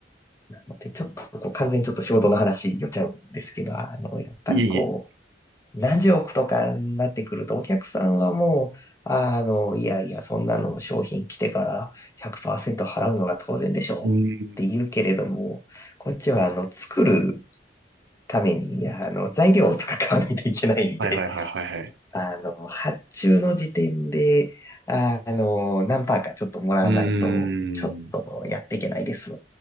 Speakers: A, on the left; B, on the right.
A: う、なので、ちょっとこう、完全にちょっと仕事の話寄っちゃうんですけど、あの、やっぱりこ
B: いえいえ。
A: う、何十億とかになってくると、お客さんはもう、あの、いやいや、そんなの商品来てから100%払うのが当然でしょうって言うけれども、
B: うーん。
A: こっちはあの、作るために、あの、材料とか買わないといけないんで、
B: はいはいはいはいはい。
A: <laughs> あの、発注の時点で、あの、何パーかちょっともらわないと、
B: うーん。
A: ちょっとやっていけないです